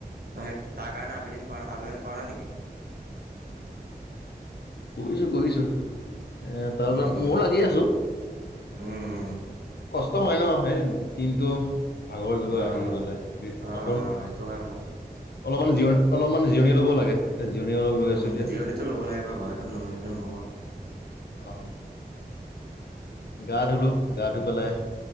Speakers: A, on the right; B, on the left.
A: তই সেই তাৰ কাৰণে আবেদন কৰা আবেদন কৰা নেকি
B: কৰিছো কৰিছো এ তাৰ
A: উম
B: কাৰ
A: উম
B: ময়ো লাগি আছো
A: উম।
B: কষ্ট হয় ন সেই দিনটো ভাগৰ যুগৰ
A: অ
B: আহি পেলাই
A: অ অ
B: অক।
A: সেইটো হয় বাৰু
B: অলপমান জিৰণি অলপমান জিৰণি লব লাগে। এতিয়া জিৰণি অলপ
A: উম
B: লৈ আছো এতিয়া
A: জিৰণিতটো ল'ব লাগিব বাৰু সেইটো নলেো নহ'ব
B: আহ গা ধুলো গা ধুই পেলাই